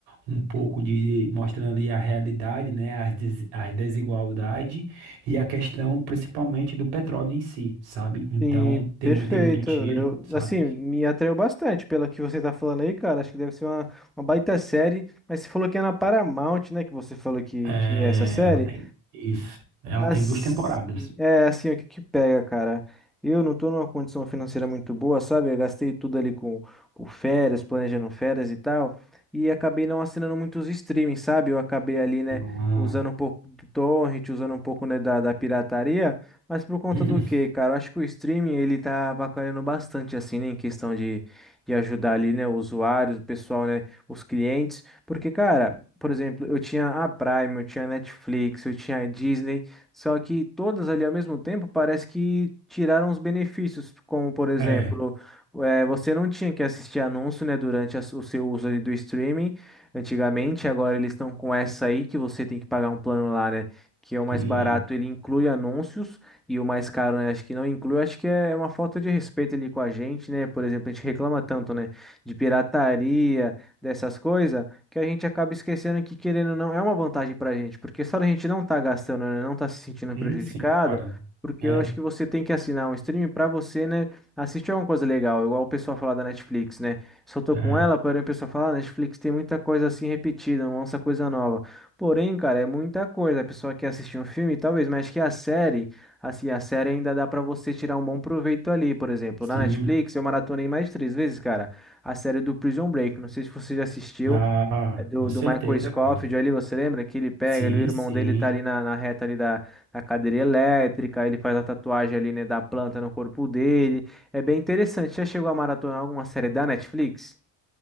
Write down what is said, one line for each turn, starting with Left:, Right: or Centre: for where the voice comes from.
Right: um pouco de mostrando ali a realidade, né? As, des, as desigualdades e a questão principalmente do petróleo em si, sabe? Então,
Centre: Sim,
Right: tem
Centre: perfeito.
Right: muito, tem muito tiro,
Centre: Eu,
Right: sabe?
Centre: assim, me atraiu bastante pela que você tá falando aí, cara. Acho que deve ser uma, uma baita série. Mas você falou que é na Paramount, né? Que você falou que,
Right: É,
Centre: que é essa série.
Right: ela tem isso. Ela
Centre: Assim,
Right: tem duas temporadas.
Centre: é assim, o que que pega, cara? Eu não tô numa condição financeira muito boa, sabe? Eu gastei tudo ali com, com férias, planejando férias e tal, e acabei não assinando muitos streamings, sabe? Eu acabei ali, né,
Right: Ah,
Centre: usando um pouco do torrent, usando um pouco, né, da, da pirataria, mas por conta
Right: <laughs>
Centre: do quê, cara? Eu acho que o streaming, ele tá avacalhando bastante, assim, né, em questão de, de ajudar ali, né, os usuários, o pessoal, né, os clientes, porque, cara... Por exemplo, eu tinha a Prime, eu tinha a Netflix, eu tinha a Disney, só que todas ali ao mesmo tempo parece que tiraram os benefícios, como por exemplo,
Right: é,
Centre: eh, você não tinha que assistir anúncio, né, durante a su- o seu uso ali do streaming antigamente, agora eles estão com essa aí que você tem que pagar um plano lá, né? Que é o mais
Right: sim,
Centre: barato, ele inclui anúncios e o mais caro, né? Acho que não inclui, acho que é uma falta de respeito ali com a gente, né? Por exemplo, a gente reclama tanto, né? De pirataria, dessas coisas que a gente acaba esquecendo que, querendo ou não, é uma vantagem pra gente, porque só a gente não tá gastando, né, não tá se sentindo
Right: sim,
Centre: prejudicado,
Right: sim, cara.
Centre: porque
Right: É,
Centre: eu acho que você tem que assinar um stream pra você, né, assistir alguma coisa legal, igual o pessoal fala da Netflix, né? Só tô com
Right: é,
Centre: ela, porém o pessoal fala, ah, Netflix tem muita coisa assim repetida, não lança coisa nova. Porém, cara, é muita coisa. A pessoa quer assistir um filme, talvez, mas acho que a série, assim, a série ainda dá pra você tirar um bom proveito ali, por exemplo,
Right: sim.
Centre: na Netflix, eu maratonei mais de três vezes, cara, a série do Prison Break, não sei se você já assistiu.
Right: Ah,
Centre: É Do,
Right: com certeza,
Centre: do Michael Scofield
Right: cara.
Centre: ali, você lembra? Que ele pega,
Right: Sim,
Centre: ele, o irmão
Right: sim.
Centre: dele tá ali na, na reta ali da, da cadeira elétrica, ele faz a tatuagem ali, né, da planta no corpo dele. É bem interessante. Já chegou a maratonar alguma série da Netflix?